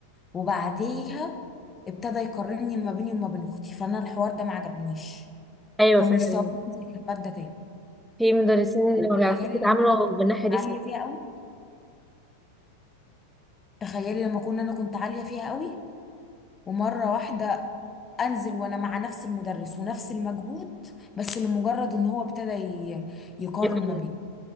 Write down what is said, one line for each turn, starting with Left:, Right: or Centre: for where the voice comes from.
Left: وبعديها ابتدى يقارني ما بيني وما بين اختي فانا الحوار ده ما عجبنيش
Centre: ايوه
Left: فمستواي
Centre: فعلا
Left: نزل في المادة تاني
Centre: في مدرسين ما
Left: تخيلي
Centre: بيعرفوش يتعاملوا
Left: لما انا كنت
Centre: بالناحيه دي
Left: عالية
Centre: صح
Left: فيها قوي تخيلي لما كنا انا كنت عالية فيها قوي ومرة واحدة انزل وانا مع نفس المدرس ونفس المجهود بس لمجرد ان هو ابتدى ي- يقارن
Centre: يقارن.
Left: ما بين